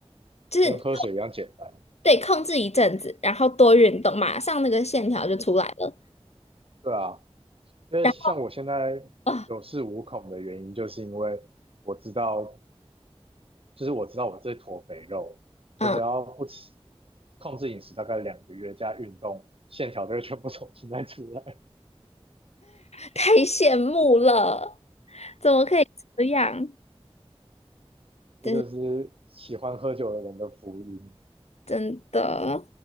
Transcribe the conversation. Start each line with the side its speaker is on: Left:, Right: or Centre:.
Left: 就是。
Right: 跟喝水一样简单，
Left: 对，控制一阵子，然后多运动，马上那个线条就出来了。
Right: 对啊。因为像我现在
Left: 然后啊，
Right: 有恃无恐的原因，就是因为我知道，就是我知道我这坨肥肉，
Left: 嗯，
Right: 我只要不吃，控制饮食大概两个月加运动，线条都会全部重新再出来。
Left: 太羡慕了，怎么可以这样？
Right: 这就是喜欢喝酒的人的福音。
Left: 真真的，